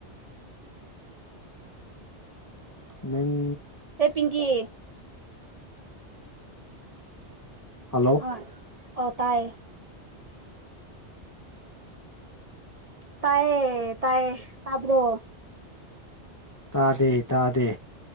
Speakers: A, on the left; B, on the right.
A: ꯅꯪ
B: ꯍꯦ ꯄꯤꯡꯀꯤ
A: ꯍꯜꯂꯣ
B: ꯍꯣꯏ ꯑꯣ ꯇꯥꯏꯌꯦ ꯇꯥꯏ ꯇꯥꯏ ꯇꯕ꯭ꯔꯣ
A: ꯇꯥꯗꯦ ꯇꯥꯗꯦ